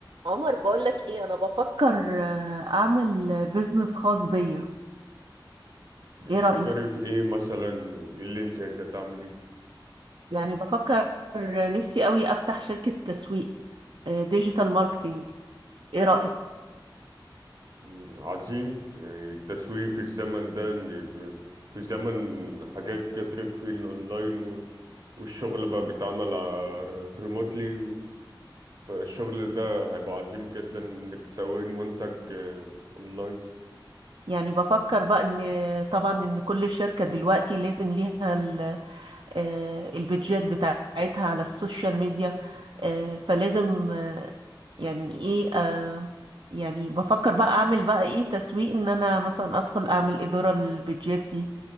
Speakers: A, on the right (about 70°); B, on the right (about 50°).
A: عمر بقولك ايه انا بفكر آه، اعمل بيزنس خاص بيا
B: بتفكري
A: ايه رأيك
B: في ايه مثلا ايه اللي انت عايزة تعملي
A: يعني بفكر آه، نفسي قوي افتح شركة تسويق ديجيتال ماركتينج ايه رأيك
B: مم، عظيم يعني التسويق في الزمن ده ان يبقى في زمن حاجات كترت في الاونلاين و- والشغل بقى بيتعمل ريموتلي فالشغل ده هيبقى عظيم جدا انك تسوقي المنتج آه، اونلاين
A: يعني بفكر بقى ان طبعا ان كل شركة دلوقتي لازم ليها ال- آه، البيدجات بتاعتها على السوشيال ميديا آه، فلازم آه، يعني ايه آه، يعني بفكر بقى اعمل بقى ايه تسويق ان انا مثلا ادخل اعمل ادارة للبيدجات دي